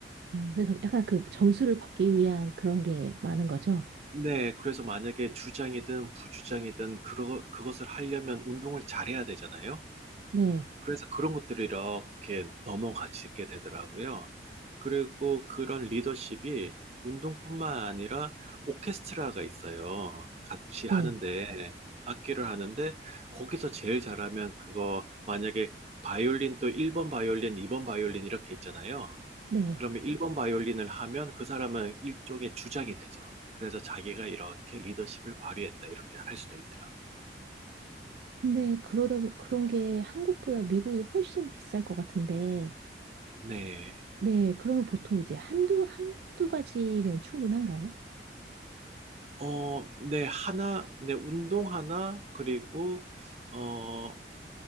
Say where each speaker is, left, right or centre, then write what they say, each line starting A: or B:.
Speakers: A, on the right; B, on the right.
A: 어, 그래서 약간 그 점수를 받기 위한 그런 게 많은 거죠?
B: 네, 그래서 만약에 주장이든 부주장이든 그러, 그것을 하려면 운동을 잘해야 되잖아요.
A: 네,
B: 그래서 그런 것들이 이렇게 넘어가지게 되더라고요. 그리고 그런 리더십이 운동뿐만 아니라 오케스트라가 있어요. 같이
A: 네,
B: 하는데, 악기를 하는데, 거기서 제일 잘하면 그거 만약에 바이올린 또 1번 바이올린, 2번 바이올린 이렇게 있잖아요.
A: 네.
B: 그러면 1번 바이올린을 하면 그 사람은 일종의 주장이 되죠. 그래서 자기가 이렇게 리더십을 발휘했다, 이렇게 할 수도 있더라고요.
A: 근데 그러다, 그런 게 한국보다 미국이 훨씬 비쌀 것 같은데,
B: 네.
A: 네, 그러면 보통 이제 한두, 한두 가지면 충분한가요?
B: 어, 네, 하나, 네, 운동 하나, 그리고, 어,